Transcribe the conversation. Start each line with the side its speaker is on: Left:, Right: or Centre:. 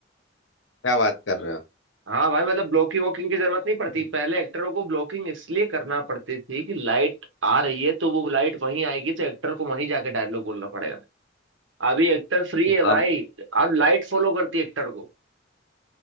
Left: क्या बात कर रहे
Right: हाँ भाई मतलब ब्लॉकिंग वॉकिंग की जरूरत नहीं पड़ती
Left: हो
Right: पहले एक्टरों को ब्लॉकिंग इसलिए करना पड़ती थी कि लाइट आ रही है तो वो लाइट वहीं आएगी तो एक्टर को वहीं जाके डायलॉग बोलना पड़ेगा अभी एक्टर फ्री है भाई
Left: अब
Right: अब लाइट फॉलो करती है एक्टर को